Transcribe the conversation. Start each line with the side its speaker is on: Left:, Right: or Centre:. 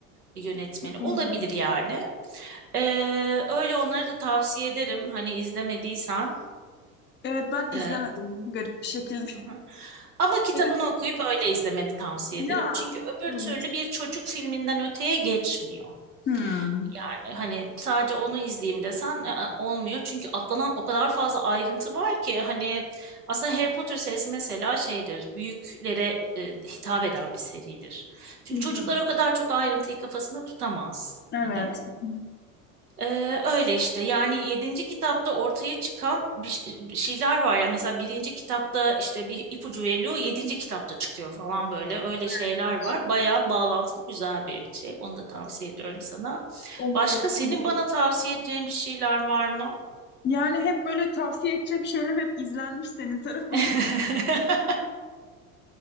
Right: yönetmeni
Left: Çok önemli.
Right: olabilir yani. Ee, öyle onları da tavsiye ederim hani izlemediysen.
Left: Evet ben izlemedim
Right: Ee,
Left: garip bir şekilde.
Right: aha. ama kitabını
Left: <laughs>
Right: okuyup öyle izlemeni tavsiye
Left: Ya,
Right: ederim. Çünkü öbür
Left: evet.
Right: türlü bir çocuk filminden öteye geçmiyor.
Left: Hmm.
Right: Yani hani sadece onu izleyeyim desen ı olmuyor. Çünkü atlanan o kadar fazla ayrıntı var ki hani aslında Harry Potter serisi mesela şeydir. Büyüklere e, hitap eden bir seridir. Çünkü
Left: Hı
Right: çocuklar
Left: hı.
Right: o kadar çok ayrıntıyı kafasında tutamaz.
Left: Evet.
Right: Hani
Left: Hı hı.
Right: Ee, öyle işte yani yedinci kitapta ortaya çıkan bir, ş- bir şeyler var ya mesela birinci kitapta işte bir ipucu veriliyor yedinci kitapta çıkıyor falan böyle
Left: Evet,
Right: öyle
Left: bayağı
Right: şeyler
Left: ilginç.
Right: var bayağı bağlantılı güzel bir şey onu da tavsiye ediyorum sana.
Left: Olur
Right: Başka
Left: bakalım.
Right: senin bana tavsiye edeceğin bir şeyler var mı?
Left: Yani hep böyle tavsiye edeceğim şeyler hep izlenmiş senin tarafından.
Right: <laughs>